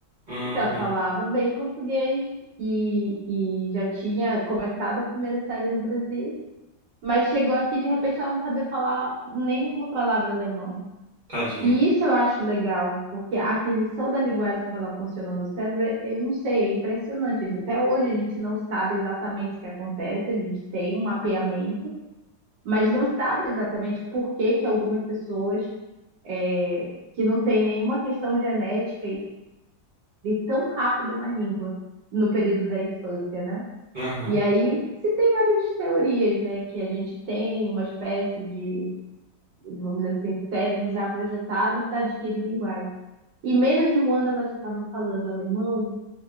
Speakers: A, on the right (about 30°); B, on the right (about 75°).
A: Uhum.
B: Então, ela falava bem português e, e já tinha começado a primeira série no Brasil, mas chegou aqui, de repente, ela não sabia falar nenhuma palavra alemão.
A: Tadinha.
B: E isso eu acho legal, porque a aquisição da linguagem, como ela funciona no cérebro, eu não sei, é impressionante. A gente- Até hoje a gente não sabe exatamente o que acontece, a gente tem um mapeamento, mas não sabe exatamente por que que algumas pessoas é, que não têm nenhuma questão genética e tão rápido uma língua no período da infância, né?
A: Aham.
B: E aí se tem várias teorias, né? Que a gente tem uma espécie de, vamos dizer assim, cérebro já projetado para adquirir linguagem. E menos de um ano ela já estava falando alemão